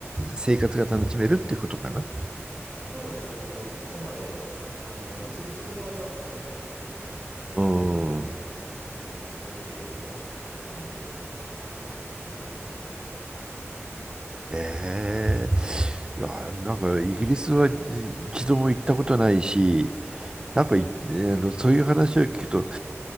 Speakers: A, on the right (about 20°); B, on the right (about 35°).
A: 生活が楽しめるってことかな。
B: そうですね。あの、そこまで、あの、自炊する場合はそこまで高くないです。あ、多分日本と、
A: うん。
B: まあ、同程度の値段で結構いろいろと料理ができると思いますね。
A: ええいや、なんかイギリスは一度も行ったことないし、
B: はい。
A: なんかい、えーあのそういう話を聞くと、